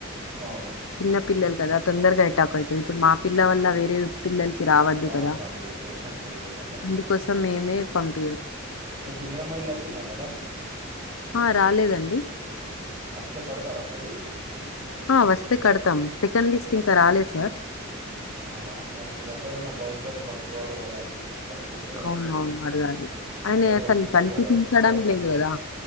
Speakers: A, on the right; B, on the left.
A: అవును
B: చిన్న పిల్లలు కదా తొందరగా ఎటాక్ అవుతుంది ఇప్పుడు మా పిల్ల వల్ల వేరే పిల్లలకి రావద్దు
A: అవునండి
B: కదా
A: ఇన్ఫెక్షన్స్ అయితే మళ్ళా
B: అందుకోసం మేమే పంపియం
A: మీకు ఇందిరమ్మ ఇల్లు వచ్చిందా మేడంమ్
B: ఆ రాలేదండి
A: అస్తే కడతారా మరి
B: హా వస్తే కడతాం సెకండ్ లిస్ట్ ఇంకా రాలేదు సార్
A: అవునా మరి మీ దగ్గర ఉన్న కౌన్సిలర్ని పట్టుకోవాలి కదా అండి పట్టుకుంటే వస్తాయి
B: అవునవును. అడగాలి. ఆయన
A: అందరికి
B: అసలు
A: వస్తున్నాయి
B: కనిపించడమే
A: కదా ఇప్పుడు గవర్నమెంట్
B: లేదు కదా!